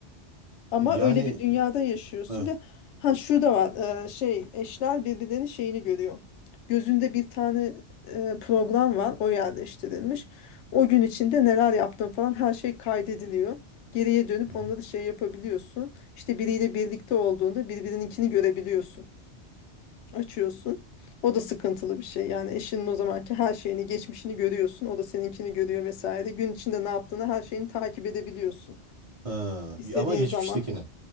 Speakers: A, on the left (about 75°); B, on the right (about 35°).
A: Ama
B: Yani
A: öyle bir dünyada yaşıyorsun
B: evet.
A: ve ha şurada var e, şey eşler birbirlerinin şeyini görüyor. Gözünde bir tane e, program var o yerleştirilmiş. O gün içinde neler yaptın falan her şey kaydediliyor. Geriye dönüp
B: Hı hı.
A: onları şey yapabiliyorsun. İşte biriyle birlikte olduğunda birbirininkini görebiliyorsun. Açıyorsun. O da sıkıntılı bir şey. Yani eşinin o zamanki her şeyini, geçmişini görüyorsun. O da seninkini görüyor vesaire. Gün içinde ne yaptığını her şeyini takip edebiliyorsun.
B: Ha,
A: İstediğin
B: ama geçmiştekine.
A: zaman.